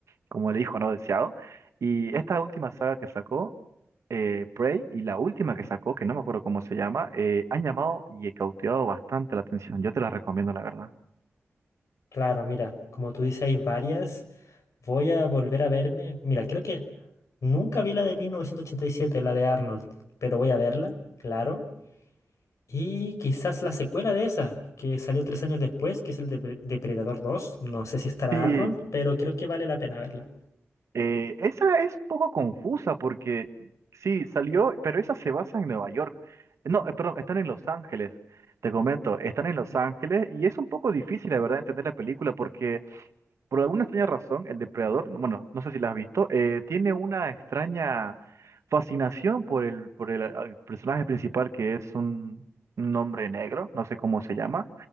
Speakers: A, on the right (about 70°); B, on the left (about 80°).
A: como el hijo no deseado. Y esta última saga que sacó, eh, Prey, y la última que sacó, que no me acuerdo cómo se llama, eh, han llamado y cautivado bastante la atención. Yo te las recomiendo, la verdad.
B: Claro, mira, como tú dices, hay varias. Voy a volver a verme. Mira, creo que nunca vi la de 1987, la de Arnold, pero voy a verla, claro. Y quizás la secuela de esa, que salió tres años después, que es el Depre- Depredador dos No sé si estará
A: Sí,
B: Arnold, pero creo que vale la pena verla.
A: Eh, esa es un poco confusa porque sí, salió, pero esa se basa en Nueva York. No, eh, perdón, están en Los Ángeles. Te comento, están en Los Ángeles y es un poco difícil, la verdad, entender la película porque por alguna extraña razón el depredador, no, bueno, no sé si la has visto, eh, tiene una extraña fascinación por el, por el eh, personaje principal que es un, un hombre negro, no sé cómo se llama